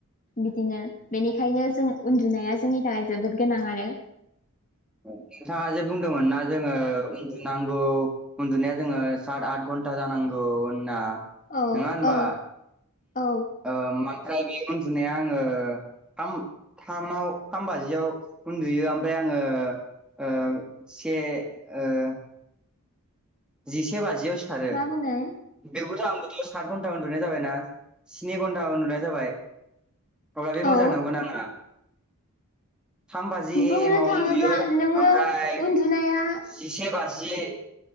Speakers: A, on the left; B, in the centre.
A: बिदिनो बेनिखायनो जों उन्दुनाया जोंनि थाखाय जोबोद गोनां आरो।
B: औ। नोंथाङा जे बुंदोंमोन ना जोङो उन्दुनांगौ उन्दुनाया जोङो सात आथ घन्टा जानांगौ । औ होनना
A: औ
B: नङा होनबा
A: औ औ
B: उम ओ बे ओनदुनाया आङो थाम थामाव थाम बाजियाव उन्दुयो ओमफ्राय आङो ओ से ओ जिसे बाजियाव सिखारो
A: मा बुंदों
B: बेखौथ आं सात घन्टा उन्दुनाय जाबायना स्नि घन्टा उन्दुनाय जाबाय । अब्ला बे मोजां
A: औ
B: नंगौना नङा? थाम बाजि ए
A: बुंनो
B: एम आव
A: थाङोब्ला
B: उन्दुयो
A: नोङो
B: ओमफ्राय
A: उन्दुनाया
B: जिसे बाजि